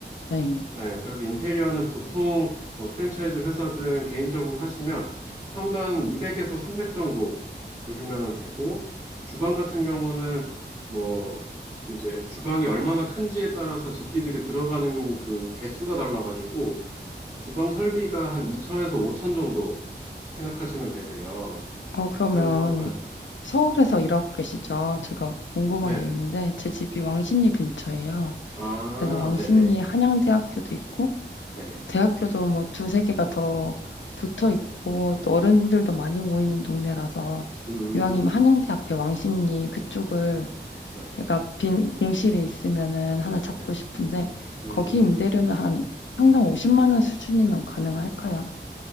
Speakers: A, on the left; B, on the right.
A: 네.
B: 네, 그래서 인테리어는 보통 뭐 프랜차이즈 회사든 개인적으로 하시면 평당 200에서 300 정도 보시면 되고, 주방 같은 경우는 뭐 이제 주방이 얼마나 큰지에 따라서 집기들이 들어가는 그 개수가 달라가지고, 주방 설비가 한 2천에서 5천 정도 생각하시면 되세요.
A: 어, 그러면
B: 그래서, 응,
A: 서울에서 일하고 계시죠? 제가 궁금한
B: 네네.
A: 게 있는데, 제 집이 왕십리 근처예요.
B: 아,
A: 그래서 왕십리에
B: 네네.
A: 한양대학교도 있고,
B: 네.
A: 대학교도 뭐 두세 개가 더 붙어 있고, 또 어른들도 많이 모이는 동네라서,
B: 음,
A: 이왕이면 한양대 앞에 왕십리 그쪽을
B: 네,
A: 제가 빈 공실이 있으면은 하나 잡고
B: 네.
A: 싶은데,
B: 음,
A: 거기 임대료는 한 평당 50만 원 수준이면 가능할까요?